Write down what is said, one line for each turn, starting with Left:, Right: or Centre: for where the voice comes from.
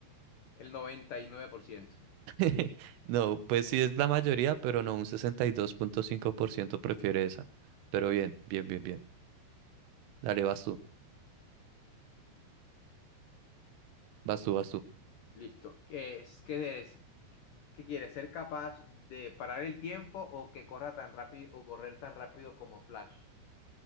Left: El 99%.
Right: <laughs> No, pues sí es la mayoría, pero no, un sesenta y dos punto cinco por ciento prefiere
Left: Ujú.
Right: esa. Pero bien, bien, bien, bien. Dale, vas tú, vas tú, vas tú.
Left: Listo. ¿Qué es? ¿Qué eres? ¿Qué quieres? ¿Ser capaz de parar el tiempo o que corra tan rápido o correr tan rápido como Flash?